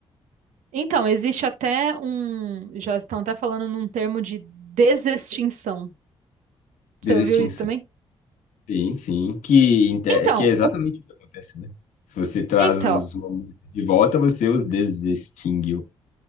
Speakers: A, on the right (about 75°); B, on the left (about 75°).
A: Então, existe até um, já estão até falando num termo de desextinção. Você
B: Desextinção.
A: ouviu isso também?
B: Sim, sim, que, inte-
A: Então,
B: que é exatamente
A: o-
B: o que acontece, né? Se você traz
A: então
B: os momentos de volta, você os desextinguiu.